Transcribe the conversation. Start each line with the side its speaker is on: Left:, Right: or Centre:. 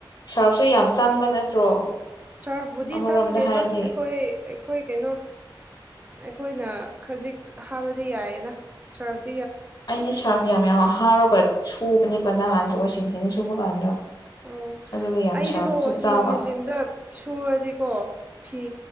Left: ꯁꯥꯔꯁꯨ ꯌꯥꯝ ꯆꯪꯕ ꯅꯠꯇ꯭ꯔꯣ
Right: ꯁꯥꯔꯐꯕꯨꯗꯤ
Left: ꯑꯃꯔꯣꯝꯗ
Right: ꯆꯪꯗꯦꯗ
Left: ꯍꯥꯏꯔꯗꯤ
Right: ꯑꯩꯈꯣꯏ ꯑꯩꯈꯣꯏ ꯀꯩꯅꯣ ꯑꯩꯈꯣꯏꯅ ꯈꯖꯤꯛ ꯍꯥꯕꯗꯤ ꯌꯥꯏꯌꯦꯅ ꯁꯔꯞ
Left: ꯑꯩꯗꯤ ꯁꯥꯐ ꯌꯥꯝ ꯌꯥꯝ ꯍꯞꯂꯒ ꯁꯨꯕꯅꯤ ꯅꯥꯜ ꯋꯥꯁꯤꯐꯦꯅ ꯁꯨꯕ ꯀꯥꯟꯗ
Right: ꯑꯣ
Left: ꯑꯗꯨꯒ ꯌꯥꯝ
Right: ꯑꯩꯗꯤꯀꯣ
Left: ꯁꯥꯔꯞꯁꯨ
Right: ꯋꯥꯁꯤꯡ
Left: ꯆꯥꯕ
Right: ꯃꯦꯆꯤꯟꯗ ꯁꯨꯔꯗꯤꯀꯣ ꯐꯤ